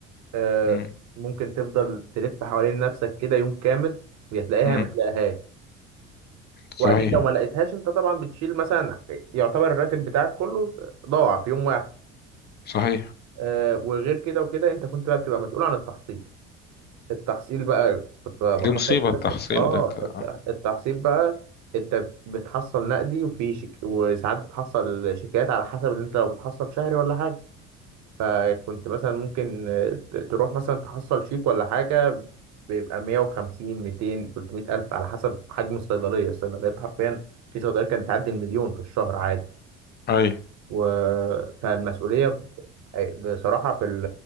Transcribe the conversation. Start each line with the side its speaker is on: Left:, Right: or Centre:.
Right: آه،
Left: مم،
Right: ممكن تفضل تلف حوالين نفسك كده يوم كامل ويا تلاقيها
Left: مم،
Right: ما تلاقيهاش
Left: صحيح
Right: وأكيد لو ما لقيتهاش أنت طبعا بتشيل مثلا يعتبر الراتب بتاعك كله ضاع في يوم واحد
Left: صحيح
Right: آه، وغير كده وكده أنت كنت بقى بتبقى مسؤول عن التحصيل التحصيل بقى كنت بحصل
Left: دي مصيبة التحصيل
Right: اه
Left: ده انت-
Right: التحصيل بقى انت بتحصل نقدي وفي شك... وساعات بتحصل شيكات على حسب ان انت لو بتحصل شهري ولا حاجه فكنت مثلا ممكن آه، تروح مثلا تحصل شيك ولا حاجه بيبقى 150 200 300 الف على حسب حجم الصيدليه الصيدليات حرفيا في صيدليه كانت تعدي المليون في الشهر عادي
Left: اي
Right: و... فالمسؤولية بصراحة في ال...